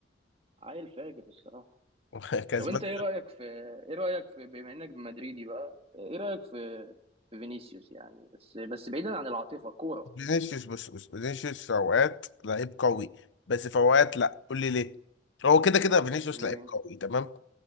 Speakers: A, on the right; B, on the left.
A: عيل فاجر الصراحة
B: <laughs> كسبان
A: طب انت ايه رأيك في ايه رأيك في بما انك مدريدي بقى ايه رأيك في في فينيسيوس يعني بس بس بعيدا عن العاطفة كورة
B: فينيسيوس بص بص فينيسيوس في اوقات لعيب قوي بس في اوقات لا قول لي ليه هو كده كده فينيسيوس
A: ليه
B: لعيب قوي تمام